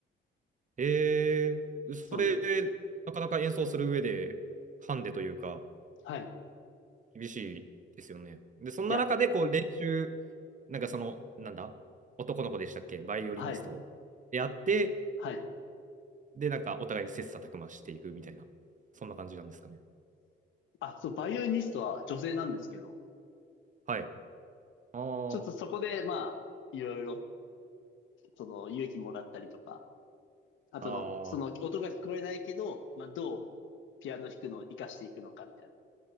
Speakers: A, on the right (about 40°); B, on the left (about 75°).
A: ええ、それ、
B: そうなんです。
A: なかなか演奏する上で、ハンデというか、
B: はい。
A: 厳しいですよね。で、そんな中で、
B: いや、
A: こう、練習、なんかその、なんだ、男の子でしたっけ、バイオリニストでやって、
B: はい、はい。
A: で、なんかお互いに切磋琢磨していくみたいな、そんな感じなんですかね。
B: あ、そう、バイオリニストは女性なんですけど、
A: はい。あ
B: ちょっとそこで、まあ、いろいろ、その、勇気もらったりとか、あと、
A: あ、ああ、
B: その、音が聞こえないけど、まあ、どう、ピアノ弾くのを活かしていくのかみたいな